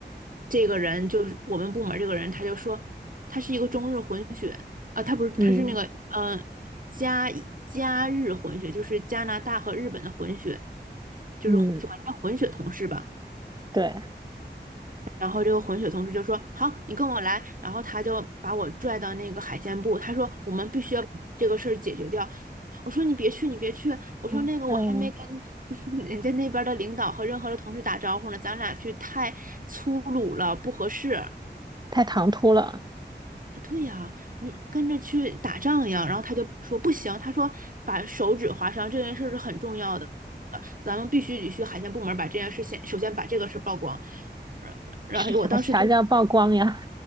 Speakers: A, on the right (about 50°); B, on the right (about 25°).
A: 这个人就是我们部门儿这个人，他就说他是一个中日混血啊，他不是他是那个嗯加加日混血，
B: 嗯
A: 就是加拿大和日本的混血，就是混就管它叫混血同事吧。
B: 嗯，对，
A: 然后这个混血同事就说：“好，你跟我来。”然后他就把我拽到那个海鲜部，他说：“我们必须要把这个事儿解决掉。”我说：“你别去，你别去。”我说：
B: 嗯嗯，
A: “那个我还没跟 <laughs> 人家那边的领导和任何的同事打招呼呢，咱俩去太粗鲁了，不合适。”
B: 太唐突了，
A: 对呀，你跟着去打仗一样。然后他就说不行，他说把手指划伤这件事是很重要的，咱们必须得去海鲜部门把这件事先首先把这个事儿曝光。然然后我当时就
B: 是啥啥叫曝光呀？